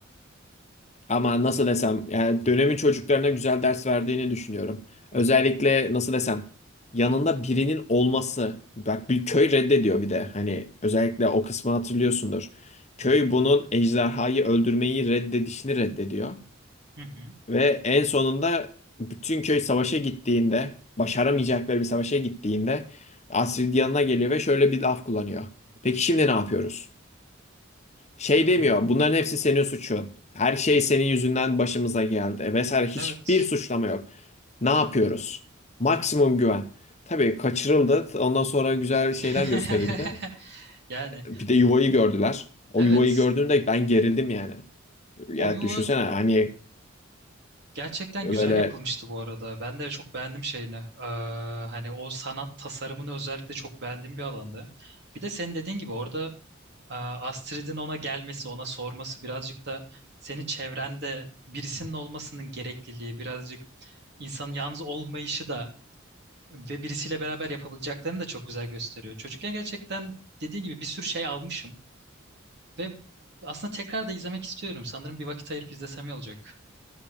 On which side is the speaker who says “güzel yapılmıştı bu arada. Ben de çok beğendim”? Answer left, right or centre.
Right